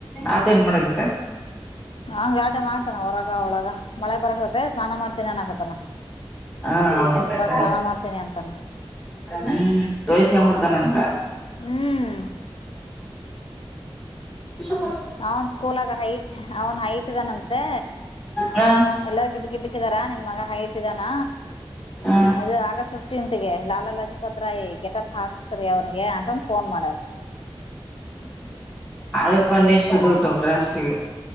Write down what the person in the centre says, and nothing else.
ಆತ ಏನ್ ಮಾಡಕಹತ್ತಾನ್
ಹಾ ಹೌದೆನ್
ಹ್ ತೋಯಸ್ಕಂಬಿಡ್ತಾನಂತ
<unintelligible>
ಹಾ
ಹಾ
ಅದಕ್ಕ ಒಂದಿಷ್ಟು ದುಡ್ಡು ಡ್ರೆಸ್ಸಿಗೆ.